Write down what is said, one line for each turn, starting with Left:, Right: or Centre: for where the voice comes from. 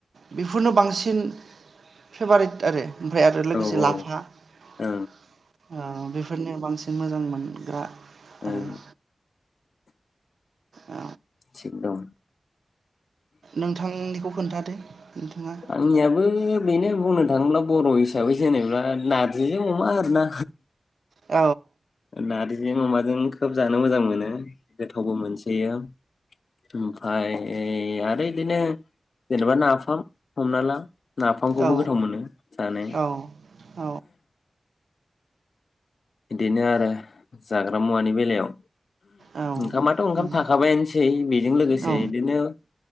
Right: बेफोरनो बांसिन फेभारेट आरो ओमफ्राय आरो लोगोसे
Left: औ ओं
Right: लाफा अ
Left: ओं
Right: बेफोरनो बांसिन मोजां मोनग्रा आरो
Left: ओं
Right: <inaudible> औ
Left: थिग दं
Right: नोंथांनिखौ खोन्थादो नोंथाङा
Left: आंनियाबो बेनो बुंनो थाङोब्ला बर' हिसाबै जेनेबा नारजिजों अमा आरोना
Right: औ
Left: नारजि अमा जों खोब जानो मोजां मोनो। गोथावबो मोनसोयो। ओमफाय आरो बिदिनो जेनेबा ना हमना ला नाफामखौबो
Right: औ
Left: गोथाव मोनो जानो।
Right: औ औ
Left: बिदिनो आरो जाग्रा मुवानि बेलायाव।
Right: औ
Left: ओंखामाथ' ओंखाम
Right: नंगौ
Left: थाखाबायानोसै बेजों लोगोसे
Right: औ
Left: बिदिनो